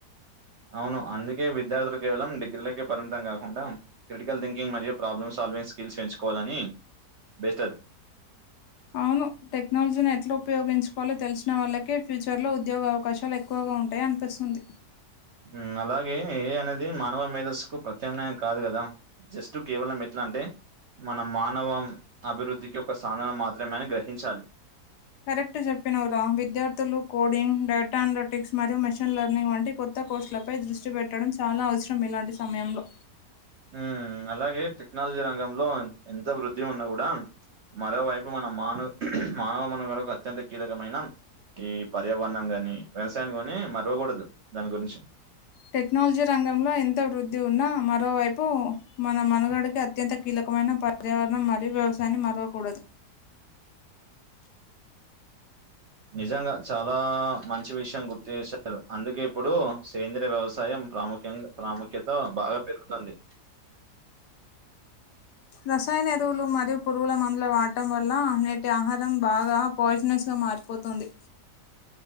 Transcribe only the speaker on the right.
అవును అందుకే విద్యార్థులు కేవలం డిగ్రీలకే పరిమితం కాకుండా. క్రిటికల్ థింకింగ్ మరియు ప్రాబ్లమ్ సాల్వింగ్ స్కిల్స్ పెంచుకోవాలని బెటర్.
ఉ అలాగే ఏఐ అనేది మానవ మేధస్ కు ప్రత్యామ్నాయం కాదు గదా. జస్ట్ కేవలం ఎట్లా అంటే. మనం మానవం అభివృద్ధికి ఒక సాధనం మాత్రమేనని గ్రహించాలి
ఉమ్ అలాగే టెక్నాలజీ రంగంలో ఎంత వృద్ధి ఉన్నా కూడా మరోవైపు మన మానవ మానవ మనుగడకు అత్యంత కీలకమైన ఈ పర్యావరణం గానీ వ్యవసాయం గానీ మరవకూడదు దాని గురించి
నిజంగా చాలా మంచి విషయం గుర్తు చేశారు అందుకే ఇప్పుడు సేంద్రియ వ్యవసాయం ప్రాముఖ్యంగా ప్రాముఖ్యత బాగా పెరుగుతుంది